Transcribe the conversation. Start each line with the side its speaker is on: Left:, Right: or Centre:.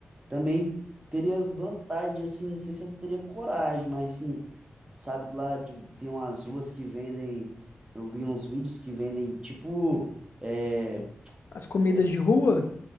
Right: Também teria vontade, assim, não sei se eu teria coragem, mas sim, sabe que lá de- tem umas ruas que vendem, eu vi uns vídeos que vendem, tipo, é,
Left: As comidas
Right: é,
Left: de rua?